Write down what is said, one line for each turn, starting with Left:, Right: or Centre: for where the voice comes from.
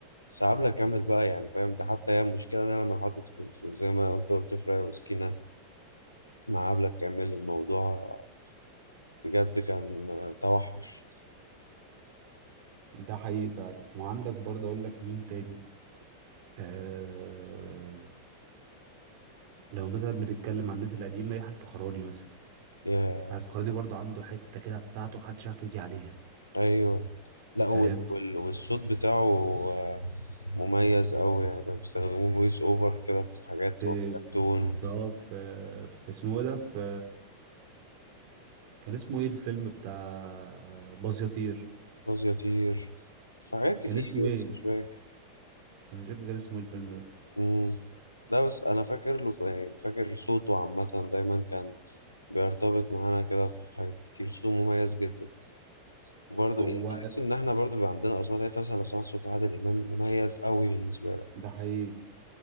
Left: بس عبلة كامل بقى يعني فاهم ده حتى هي المشكلة إن أنا لما اتحطت في في- زي ما أنت قلت في ريا وسكينة مع عبلة كامل الموضوع بجد كان توحش
Right: ده حقيقي فعلا وعندك برضه اقول لك مين تاني آه لو مثلا بنتكلم عن الناس القديمه يحيى الفخراني مثلا
Left: يا
Right: يحيى الفخراني برضه عنده حته كده بتاعته محدش عارف يجي عليها
Left: أيوه لا وال-
Right: فاهم
Left: وال- والصوت بتاعه آه، مميز أوي يعني كانوا بيستخدموه فويس أوفر كده في حاجات
Right: في
Left: وكرتون
Right: في اه في في اسمه ايه ده في كان اسمه ايه الفيلم بتاع باز يطير
Left: غاز يطير في حاجات كتير
Right: كان اسمه ايه
Left: بس مش فاكر
Right: انا مش فاكر كان اسمه ايه الفيلم ده
Left: مم. لا بس أنا فاكر له يعني فاكر صوته عامة دايما كان بيرتبط معانا كده في حاجات كتير صوته مميز جدا وبرضه
Right: هو
Left: ايه بحس ان احنا برضه بيبقى عندنا اصوات يعني إنت مثلا لو سمعت صوت عادل امام مميز قوي بالنسبه لك
Right: ده حقيقي